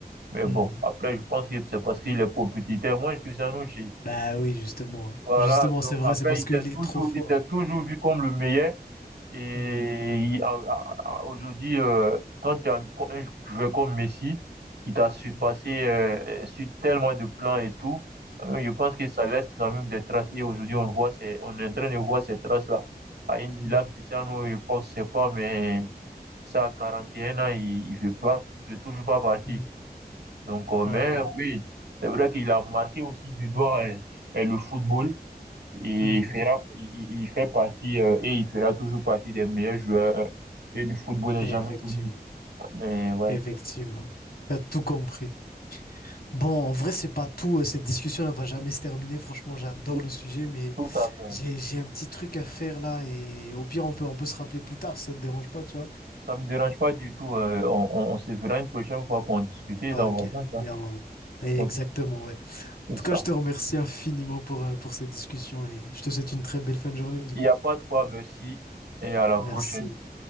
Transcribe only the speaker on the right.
Mais
bon, je pense que c'est parce qu'il est compétiteur. Moi, Cristiano, j'ai,
voilà,
donc
après,
il
s'est
toujours,
il s'est toujours vu comme le meilleur. Et
aujourd'hui, euh, quand tu as un joueur comme Messi, qui t'a surpassé
euh, sur tellement de plans et tout, euh, je pense que ça laisse quand même des traces. Et aujourd'hui, on voit ces, on est en train de voir ces traces-là. À une-
Là, Cristiano, je pense, je sais pas, mais ça, à 41 ans, il, il veut pas, il veut toujours pas partir.
Donc, euh,
mais
oui, c'est vrai qu'il a marqué aussi du doigt euh, euh, le football. Il
fera, il, il- fait partie euh, et il fera toujours partie des meilleurs joueurs et du football n'est
jamais connu. Mais ouais,
tout,
tout à fait.
Ça me dérange pas du tout. euh, on, on, on se verra une prochaine fois pour en discuter
dans
mon ça.
Donc,
c'est
ça.
Il
n'y a pas de quoi, merci et à la
prochaine.